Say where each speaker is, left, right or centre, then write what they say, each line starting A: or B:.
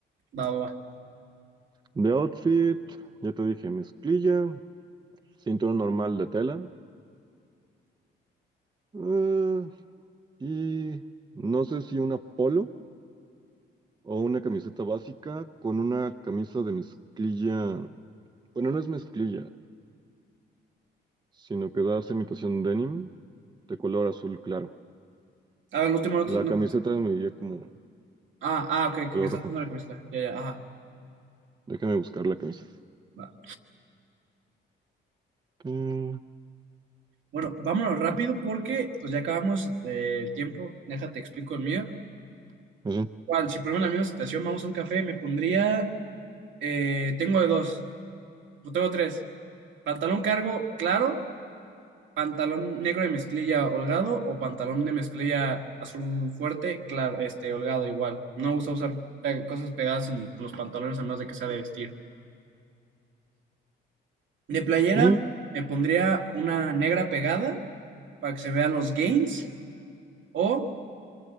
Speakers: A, on the right (about 70°); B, on the right (about 20°).
A: va, va, va.
B: De outfit, ya te dije, mezclilla, cinturón normal de tela. eh, y no sé si una polo o una camiseta básica con una camisa de mezclilla Bueno, no es mezclilla, sino que da esa imitación denim de color azul claro.
A: A ver, el último no.
B: La
A: te- no.
B: camiseta me diría como
A: Ah, ah, ok, que,
B: color
A: que estás
B: rojo.
A: haciendo la entrevista. Ya, ya, ajá,
B: Déjame buscar la camiseta.
A: va.
B: Mm,
A: Bueno, vámonos rápido porque pues ya acabamos eh, el tiempo. Déjate explico el mío.
B: eso.
A: Igual, si ponemos la misma situación, vamos a un café, me pondría. eh, tengo de dos, no tengo tres. Pantalón cargo, claro. pantalón negro de mezclilla holgado o pantalón de mezclilla azul fuerte, claro, este, holgado igual. No uso usar pe- cosas pegadas en los pantalones a menos de que sea de vestir. De playera
B: Mm,
A: me pondría una negra pegada para que se vean los gains o,